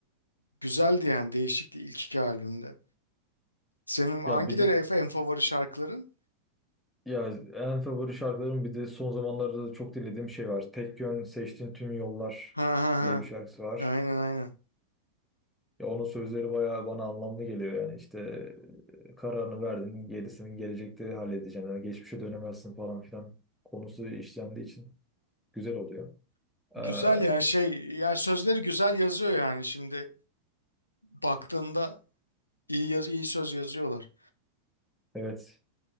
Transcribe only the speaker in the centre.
ya bir de
Ya en favori şarkılarım bir de son zamanlarda da çok dinlediğim şey var. Tek yön seçtiğin tüm yollar
diye bir şarkısı var.
Ya onun sözleri bayağı bana anlamlı geliyor yani işte e, kararını verdin gerisini gelecekte halledeceksin. Yani geçmişe dönemezsin falan filan konusu işlendiği için güzel oluyor.
Ee,
evet.